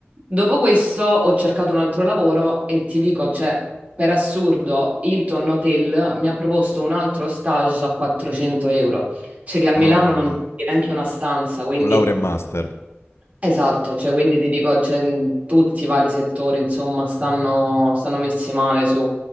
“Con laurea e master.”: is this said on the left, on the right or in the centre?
Left